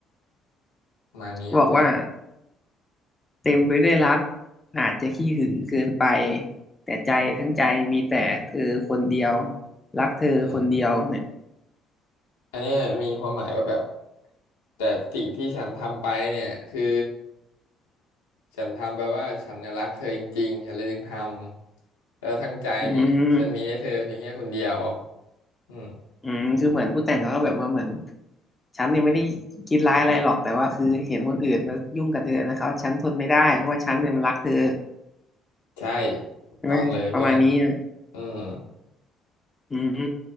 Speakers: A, on the left (about 75°); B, on the left (about 20°).
A: ประมาณนี้ครับเพื่อน
B: บอกว่า เต็มไปด้วยรักอาจจะขี้หึงเกินไปแต่ใจทั้งใจมีแต่เธอคนเดียว รักเธอคนเดียวเนี่ย
A: อืมอันเนี้ยมีความหมายว่าแบบแต่สิ่งที่ฉันทำไปเนี่ยคือ ฉันทำไปว่าฉันเนี่ยรักเธอจริงๆ ฉันเลยถึงทำแล้วทั้งใจเนี่ยฉันมีให้เธอเพียงแค่คนเดียว
B: อืม
A: อืม
B: อืมคือเหมือนผู้แต่งเขาก็แบบว่าเหมือนฉันเนี่ยไม่ได้คิดร้ายอะไรหรอกแต่ว่าคือเห็นคนอื่นมายุ่งกับเธอนะครับฉันทนไม่ได้เพราะว่าฉันเนี่ยมันรักเธอ
A: ใช่ถูกต้องเลยเพื่อน
B: ใช่ไหมประมาณนี้นะ
A: อืม
B: อืม